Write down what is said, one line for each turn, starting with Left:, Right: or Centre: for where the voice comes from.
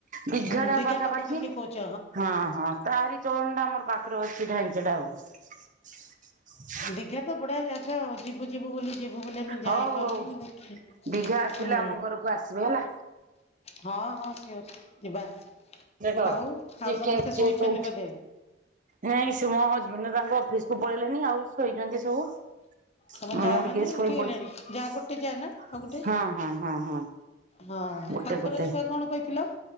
Right: ବିଘଟା
Left: ହୁଁ ଦିଘା
Right: ପାଖାପାଖି
Left: କହୁଛ
Right: ହଁ ହଁ। ତାରି ଜୋଣ୍ଡା ଆମର ପାଖରେ ଅଛି ଢାଞ୍ଚ ଟା ଆଉ ହ
Left: ଦିଗା ତ ବଡିଆ ଜାଗା ଆଉ। ଯିବୁ ଯିବୁ ବୋଲିୁ ଯିବୁ ବୋଲି ଆମେ ଯାଇପାରୁନୁ
Right: ହଉ ହଉ
Left: ଦେଖ
Right: ଦିଘା ଆସିଲେ
Left: ହୁଁ।
Right: ଆମ ଘରକୁ ଆସିବେ ହେଲା
Left: ହଁ ହଁ ସିଓର ଶ୍ ଯିବା।
Right: ଦେଖ
Left: ଆଉ
Right: କିଏ
Left: ଆଉ ସମସ୍ତେ
Right: କିଏ କିଏ
Left: ଶୋଇଛନ୍ତି
Right: କୋଉଠି
Left: ବୋଧେ।
Right: ନାଇଁ ମୋ ହଜବେଣ୍ଡ ତାଙ୍କ ଅଫିସ କୁ ପଳେଇଲେଣି ଆଉସୋଇଛନ୍ତି ସବୁ।
Left: ତମ ଯା
Right: ମୁ ଟିକେ
Left: ମାନେ
Right: ଶୋଇ
Left: ଉଠିଗଲେଣି
Right: ପଡ଼ିଛି
Left: ଯା ଗୋଟେ ଯା ନା ଆଉ ଗୋଟେ
Right: ହଁ ହଁ ହଁ ହଁ।
Left: ହଁ
Right: ଗୋଟେ
Left: ତାଙ୍କର
Right: ଗୋଟେ
Left: ଛୁଆ କଣ କହିଥିଲ।